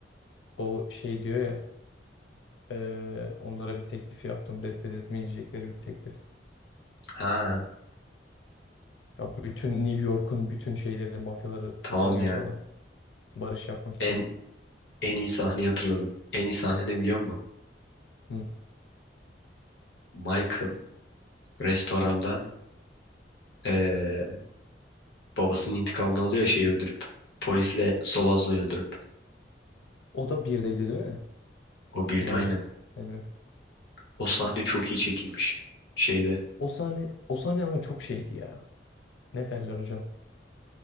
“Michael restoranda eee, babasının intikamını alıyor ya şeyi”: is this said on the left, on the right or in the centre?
Left